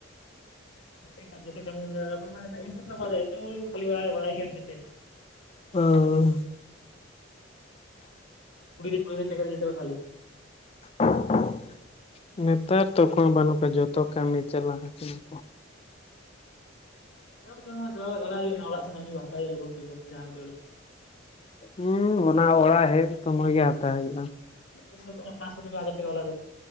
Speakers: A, on the left (about 70°); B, on the left (about 30°).
A: ᱢᱤᱫ ᱴᱮᱱ ᱠᱟᱨᱡᱚ ᱛᱮ ᱠᱟᱹᱢᱤᱢ ᱧᱮᱞᱟ ᱛᱚᱠᱷᱚᱱ ᱢᱟᱱᱮ ᱤᱱᱴᱨᱮᱥᱴ ᱥᱟᱵᱚᱜ ᱟ ᱨᱮ ᱮᱴᱟ ᱳᱭ ᱠᱷᱟᱞᱤ ᱯᱟᱭᱮ ᱵᱟᱲᱟᱭ ᱜᱮᱭᱟᱢ ᱡᱤᱛᱮ᱾
B: ᱦᱩᱸ
A: ᱠᱷᱟᱞᱤ, ᱠᱩᱲᱤ ᱜᱤᱫᱟᱹᱨ ᱠᱩᱲᱤ ᱪᱮᱠ ᱨᱮ ᱡᱟᱛᱮ ᱠᱚ ᱠᱷᱟᱞᱤ᱾
B: <inaudible> ᱱᱮᱛᱟᱨ ᱛᱚ ᱚᱠᱚᱭ ᱦᱚ ᱵᱟᱹᱱᱩᱜ ᱠᱚᱣᱟ ᱡᱚᱛᱚ ᱠᱟᱹᱢᱤ ᱪᱟᱞᱟᱣ ᱟᱠᱟᱱᱟ ᱠᱚ᱾
A: ᱪᱟᱞᱟᱣ ᱪᱟᱞᱟᱜ ᱦᱩᱭᱩᱜ ᱠᱟᱱᱟ ᱚᱲᱟᱜ ᱥᱮᱱᱟᱜ ᱜᱮ ᱦᱟᱛᱟᱣ ᱦᱩᱭᱩᱜᱼᱟ ᱵᱚᱞ ᱠᱷᱮᱞ ᱠᱚ ᱡᱟᱦᱟᱸ ᱞᱮᱠᱟ ᱨᱮ᱾
B: ᱦᱩᱸ ᱚᱱᱟ ᱚᱲᱟᱜ ᱦᱮᱡ ᱥᱩᱢᱚᱭ ᱜᱮ ᱦᱟᱛᱟᱣ ᱦᱩᱭᱩᱜᱼᱟ᱾
A: ᱟᱞᱮ ᱥᱮᱱ ᱫᱚ ᱯᱟᱸᱥᱥᱚ ᱴᱟᱠᱟ ᱦᱟᱡᱟᱨ ᱴᱟᱠᱟ ᱟᱞᱟᱜᱼᱟ᱾